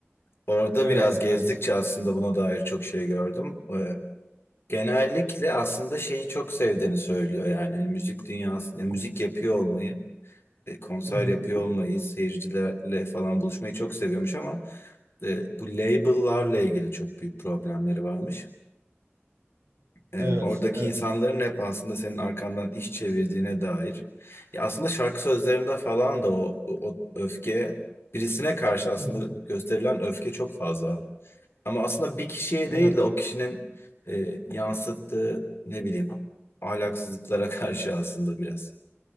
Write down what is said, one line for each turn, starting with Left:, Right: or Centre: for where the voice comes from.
Left: Orada
Right: Evet,
Left: biraz gezdikçe
Right: evet.
Left: aslında buna dair çok şey gördüm. E, Genellikle aslında şeyi çok sevdiğini söylüyor yani Hani müzik dünyası, e, müzik yapıyor olmayı, e, konser
Right: <laughs>
Left: yapıyor olmayı, seyircilerle falan buluşmayı çok seviyormuş ama e, bu label'larla ilgili çok büyük problemleri varmış. E,
Right: Evet,
Left: oradaki
Right: evet.
Left: insanların hep aslında senin arkandan iş çevirdiğine dair. Ya aslında şarkı sözlerinde falan da o, o, o öfke birisine karşı aslında
Right: <laughs>
Left: gösterilen öfke çok fazla var. Ama aslında bir kişiye
Right: Evet,
Left: değil de o kişinin e, yansıttığı ne bileyim ahlaksızlıklara <laughs> karşı aslında biraz.